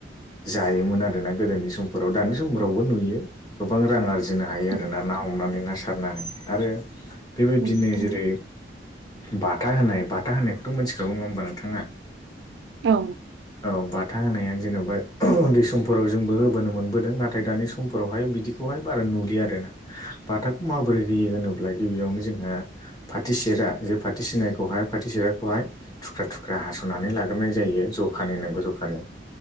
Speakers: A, on the left; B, on the right.
A: जायोमोन आरोना गोदोनि समफोराव दानि समफोरावबो नुयो गोबां रां आरजि फुजिनो हायो
B: उम,
A: आरो ना ना हमनानै ना सारनानै आरो बेबायदिनो
B: औ नोंथां
A: जेरै बाथा होनाय बाथा होनायखौथ' मोनथिखागौ नङा हबा नोंथाङा
B: औ
A: औ बाथा होनाया जेनेबा उन्दै समफोराव जोंबो होबोनो मोनबोदों नाथाय दानि समफोरावहाय बिदिखौ खौहाय बारा नुलि आरोना बाथाखौ माबोरै होयो होनोब्ला गिबियावनो जोंहा फाथि सेरा जे फाथि सिनायखौहाय फाथि सेराखौहाय थुख्रा थुख्रा हास'नानै लाग्रोनाय जायो जखानि नांगौ जखानि